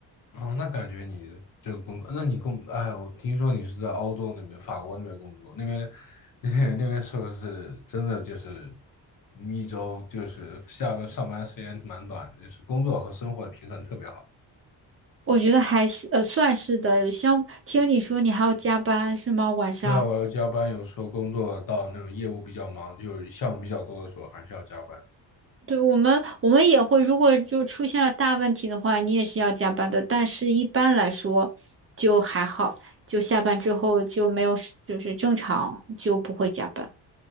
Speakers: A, on the left (about 50°); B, on the right (about 30°).
A: 哦，那感觉你这个工，那你工，哎，我听说你是在欧洲那边，法国那边工作，那边 <laughs>，那边那边是不是真的就是一周就是下班上班时间蛮短的，就是工作和生活的平衡特别好。
B: 我觉得还是呃算是的，像听你说你还要加班是吗？晚上？
A: 对啊，我要加班，有时候工作到那种业务比较忙，就是项目比较多的时候，还是要加班。
B: 对，我们我们也会，如果就出现了大问题的话，你也是要加班的。但是一般来说就还好，就下班之后就没有事就是正常就不会加班